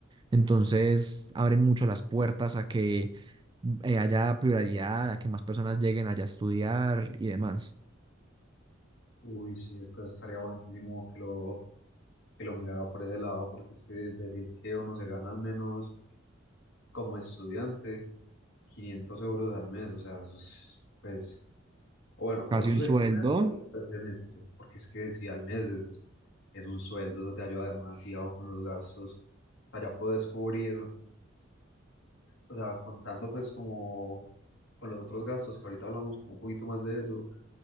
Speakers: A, on the right; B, on the left.
A: Entonces abren mucho las puertas a que eh, haya pluralidad, a que más personas lleguen allá a estudiar y demás.
B: uy, sí, después estaría buenísimo que lo, que lo mirara por ese lado, porque es que es decir que uno se gana al menos como estudiante 500 euros al mes, o sea, eso es, pues O bueno,
A: Casi
B: o eso
A: un
B: sería
A: sueldo
B: un sueldo al semestre, porque es que si al mes es, es un sueldo, eso te ayuda demasiado con los gastos. O sea, ya puedes cubrir, o sea, contando pues como con los otros gastos, que ahorita hablamos un poquito más de eso,